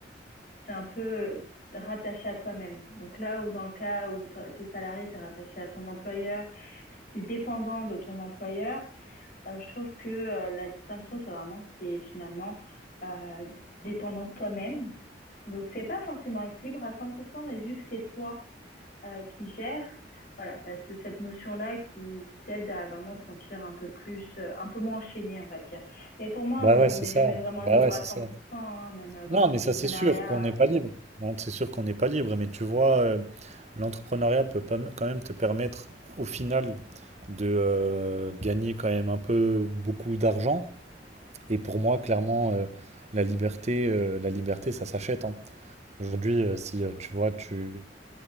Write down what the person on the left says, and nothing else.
un peu rattaché à toi-même. Donc là où dans le cas où t- t'es salarié, t'es rattaché à ton employeur, t'es dépendant de ton employeur, euh, je trouve que euh, la distinction, c'est vraiment que t'es finalement euh, dépendant de toi-même. Donc c'est pas forcément être libre à 100%, mais vu que c'est toi euh, qui gère, voilà, tu as ce- cette notion-là qui, qui t'aide à vraiment te sentir un peu plus, euh, un peu moins enchaîné, on va dire. Mais pour moi,
on
on n'est
jamais vraiment libre
à
100%, hein, même euh, dans
l'entrepreneuriat.